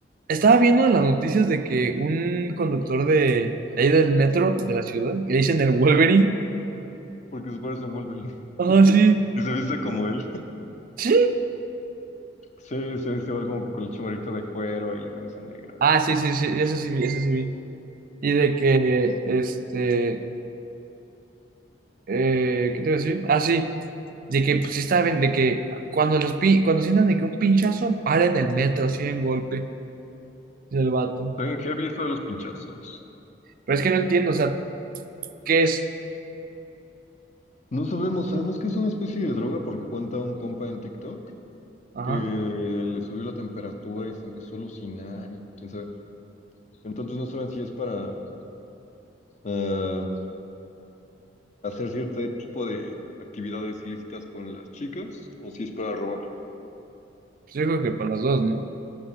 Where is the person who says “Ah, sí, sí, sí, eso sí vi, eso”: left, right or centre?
Right